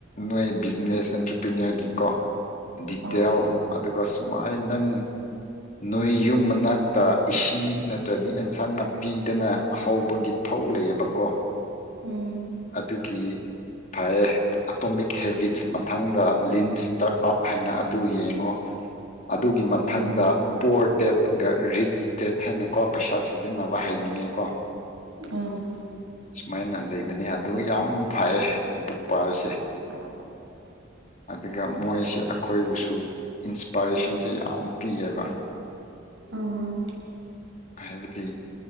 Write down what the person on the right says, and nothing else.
ꯑꯥꯎ
ꯎꯝ
ꯎꯝ
ꯎꯝ
<inaudible>
ꯎꯝ